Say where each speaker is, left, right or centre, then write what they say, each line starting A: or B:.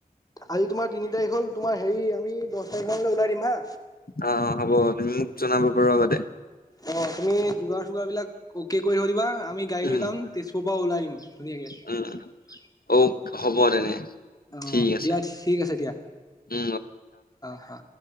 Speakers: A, on the left; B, on the left.
A: আজি তোমাৰ তিনি তাৰিখ হ'ল তোমাৰ হেৰি আমি দহ তাৰিখ মানলৈ ওলাই দিম হা।
B: অ', অ', হ'তুমি মোক জনাবা পাৰ আগতে
A: অ', তুমি যুগাৰ চুগাৰ বিলাকক কৰি থৈ দিবা। আমি গাড়ী
B: উম
A: লৈ যাম তেজপুৰ পৰা ওলাই আহম ধুনীয়াকে।
B: উম অ হ'ব তেনে।
A: অ
B: ঠিক আছে।
A: দিয়া ঠিক আছে দিয়া
B: উ
A: অ অ